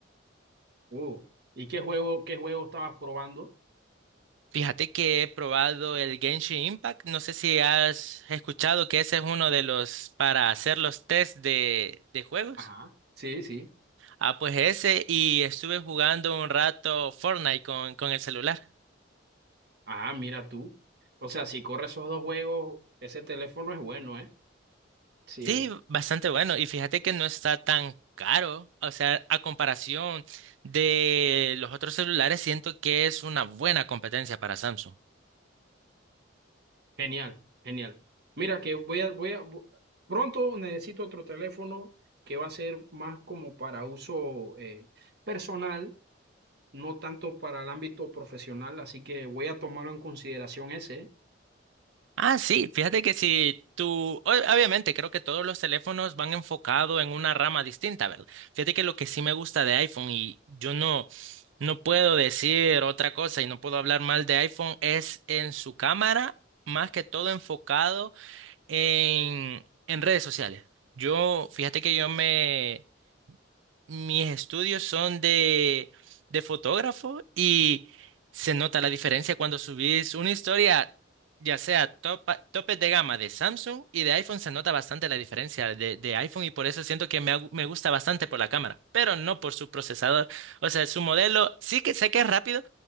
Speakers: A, on the right (about 55°); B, on the right (about 75°).
A: Uh, ¿y qué juego, qué juego estabas probando?
B: Fíjate que he probado el Genshin Impact. No sé si has escuchado que ese es uno de los para hacer los test de, de juegos.
A: Ajá, sí, sí.
B: Ah, pues ese, y estuve jugando un rato Fortnite con, con el celular.
A: Ah, mira tú. O sea, si corre esos dos juegos, ese teléfono es bueno, ¿eh? Sí.
B: Sí, bastante bueno, y fíjate que no está tan caro, o sea, a comparación de los otros celulares, siento que es una buena competencia para Samsung.
A: Genial, genial. Mira que voy a, voy a, bu- pronto necesito otro teléfono que va a ser más como para uso eh, personal, no tanto para el ámbito profesional, así que voy a tomarlo en consideración ese.
B: Ah, sí, fíjate que si tú, o- obviamente creo que todos los teléfonos van enfocados en una rama distinta, ¿verdad? Fíjate que lo que sí me gusta de iPhone y yo no, no puedo decir otra cosa y no puedo hablar mal de iPhone es en su cámara, más que todo enfocado en, en redes sociales. Yo, fíjate que yo me... Mis estudios son de, de fotógrafo y se nota la diferencia cuando subís una historia, ya sea topa- topes de gama de Samsung y de iPhone, se nota bastante la diferencia de, de iPhone y por eso siento que me, agu- me gusta bastante por la cámara, pero no por su procesador. O sea, su modelo sí que sé que es rápido,